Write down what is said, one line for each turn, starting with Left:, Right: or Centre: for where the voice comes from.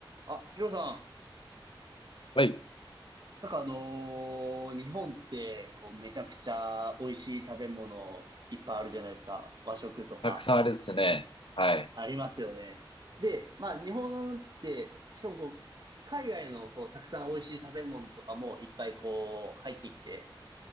Right: あ、ヒロさん。
Left: はい。
Right: なんかあのー日本って、こう、めちゃくちゃ美味しい食べ物いっぱいあるじゃないですか。和食とか、
Left: たくさんあれですね。はい。
Right: ありますよね。で、まあ、日本って、しかもこう、海外のこう、たくさん美味しい食べ物とかもいっぱいこう、入ってきて、